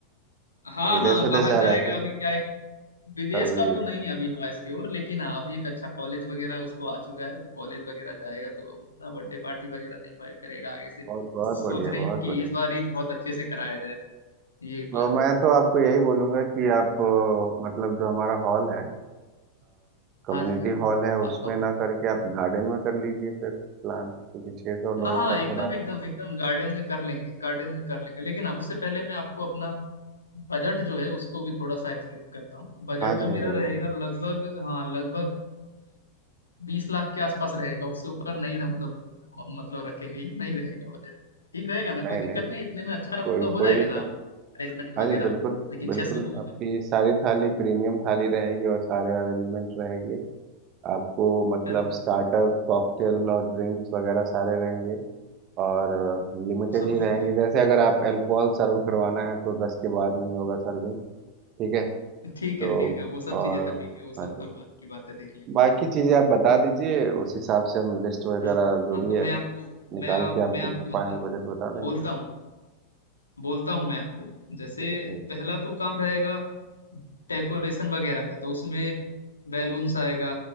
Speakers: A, on the left (about 75°); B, on the right (about 35°).
A: हाँ
B: विदेश
A: हाँ
B: विदेश
A: बाहर
B: जा
A: जाएगा
B: रहा है क्या
A: अभी क्या है कि विदेश
B: तभी
A: का तो नहीं
B: तो।
A: अभी हुआ इसकी ओर लेकिन हाँ अभी एक अच्छा कॉलेज वगैरह उसको आ चुका है तो कॉलेज वगैरह जाएगा तो उतना बर्थडे पार्टी वगैरह नहीं हुआ करेगा आगे से तो
B: बहुत बहुत
A: सोच
B: बढ़िया
A: रहे
B: बहुत
A: हैं कि
B: बढ़िया
A: इस बार ही बहुत अच्छे से कराया जाए ये प्लान
B: और मैं
A: है
B: तो आपको यही बोलूंगा कि आप अ, मतलब जो हमारा हॉल है कम्युनिटी
A: हाँ जी हाँ
B: हॉल है उसमें
A: आपका
B: ना करके आप गार्डन में कर लीजिए फिर प्लान क्योंकि छह सौ लोगों
A: हाँ हाँ
B: का
A: एकदम
B: थोड़ा
A: एकदम एकदम गार्डन में कर लेंगे गार्डन में कर लेंगे लेकिन अब उससे पहले मैं आपको अपना बजट जो है उसको भी थोड़ा सा एक्सप्लेन करता हूँ बजट
B: हाँ जी
A: जो
B: हाँ
A: मेरा
B: जी बिल्कुल
A: रहेगा लगभग हाँ लगभग बीस लाख के आसपास रहेगा उससे ऊपर नहीं मतलब मतलब रखेंगे इतना ही रहेगा बजट ठीक रहेगा ना कोई
B: नहीं
A: दिक्कत
B: नहीं
A: नहीं इतने में अच्छा
B: कोई
A: मतलब हो
B: कोई
A: जाएगा
B: दिक्कत
A: ना अरेंजमेंट वगैरह
B: हाँ जी बिल्कुल
A: लेकिन
B: बिल्कुल
A: छह सौ लोगों
B: आपकी
A: का
B: सारी थाली प्रीमियम थाली रहेगी और सारे अरेंजमेंट रहेंगे आपको मतलब
A: हाँ,
B: स्टार्टर कॉकटेल और ड्रिंक्स वगैरह सारे रहेंगे और लिमिटेड
A: वो सब
B: ही
A: कुछ
B: रहेंगे
A: रहेगा
B: जैसे अगर आप अल्कोहल सर्व करवाना है तो दस के बाद नहीं होगा सर्विंग ठीक है
A: ठीक
B: तो
A: है ठीक है वो सब
B: और
A: चीजें तो ठीक है वो सब
B: हाँ जी
A: तो बात की बात है देख लेंगे
B: बाकी चीज़ें आप बता दीजिए उस हिसाब से हम लिस्ट वगैरह
A: हाँ
B: जो
A: हाँ
B: भी
A: तो मैं
B: है
A: आपको
B: निकाल
A: मैं आप
B: के आपको
A: मैं आपको
B: फाइनल
A: मतलब
B: बजट बता
A: बोलता
B: देंगे
A: हूँ बोलता हूँ मैं आपको जैसे
B: जी जी बताइए
A: पहला तो काम रहेगा डेकोरेशन वगैरह का तो उसमें बैलून्स आएगा